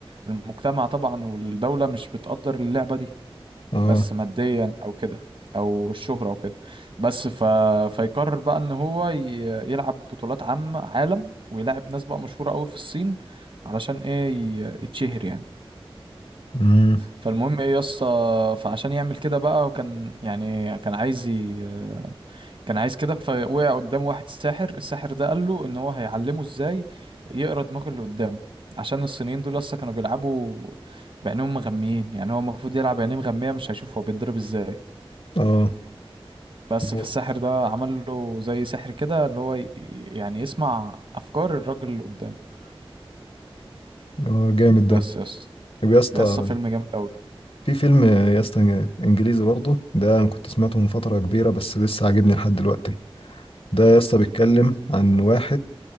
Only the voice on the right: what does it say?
المجتمع طبعا والدولة مش بتقدر اللعبة دي
بس ماديا او كده او الشهرة او كده بس ف... فيقرر بقى ان هو ي... يلعب بطولات عام عالم ويلعب ناس بقى مشهورة قوي في الصين علشان ايه ي... يتشهر يعني
فالمهم ايه يا اسطى فعشان يعمل كده بقى وكان يعني كان عايز ي... كان عايز كده فوقع قدامه واحد ساحر الساحر ده قال له ان هو هيعلمه ازاي يقرا دماغ اللي قدامه عشان الصينيين دول لسه كانوا بيلعبوا بعينهم مغميين يعني هو المفروض يلعب بعينيه مغمية مش هيشوف هو بيتضرب ازاي
بس
فالساحر ده عمل له زي سحر كده اللي هو ي- يعني يسمع افكار الراجل اللي قدامه
بس يا اسطى
ده يا اسطى فيلم جامد قوي